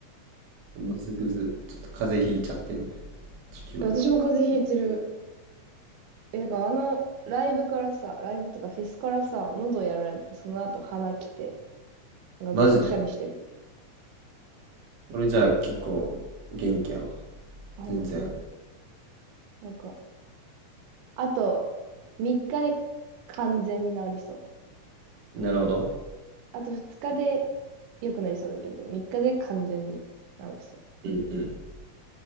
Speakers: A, on the right; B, on the right.
A: ぐずぐず。ちょっと風邪ひいちゃってんね。地球が。
B: 私も風邪ひいてる。え、だからあの、ライブからさ、ライブとかフェスからさ、喉やられて、その後鼻きて、なんかずっとくしゃみしてる。
A: マジで。俺じゃあ結構元気やわ。
B: 本当
A: 全然。
B: なんか、あと、3日で完全に治りそう。
A: なるほど。
B: あと2日で良くなりそうだけど、3日で完全に治りそ
A: うんうん。